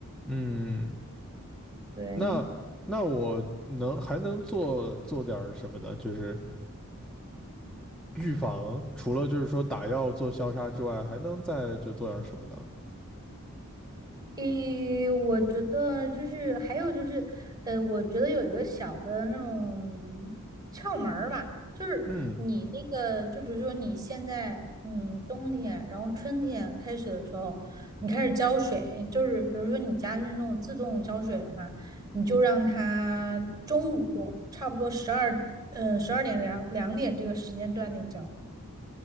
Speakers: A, in the centre; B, on the right.
A: 嗯，
B: 对，
A: 那那我能还能做做点什么呢？就是预防，除了就是说打药做消杀之外，还能再就做点什么呢？
B: 诶，我觉得就是还有就是，呃，我觉得有一个小的那种窍门儿吧，就是你那个，
A: 嗯，
B: 就比如说你现在，嗯，冬天，然后春天开始的时候，你开始浇水，就是比如说你家是那种自动浇水的话，你就让它中午差不多十二，嗯，十二点两两点这个时间段内浇。